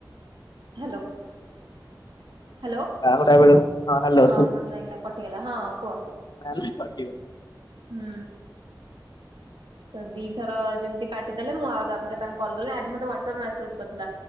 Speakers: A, on the right (about 80°); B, on the left (about 65°).
A: ହ୍ୟାଲୋ ହ୍ୟାଲୋ
B: ବାହୁଡା ବେଳକୁ ହ୍ୟାଲୋ
A: ହଁ ମୋତେ ଲାଗିଲା କଟିଗଲା ହଁ କୁହ।
B: ତାହା ହେଲେ କାଟିବ
A: ହୁଁ
B: <unintelligible>
A: ତ ଦିଥର ଯେମିତି କାଟିଦେଲେ ମୁଁ ଆଉ ତାପରେ ତାଙ୍କୁ କଲ୍ କଲି ଆଜି ମତେ ହ୍ୱାଟସଆପରେ ମେସେଜ କରିଥିଲା।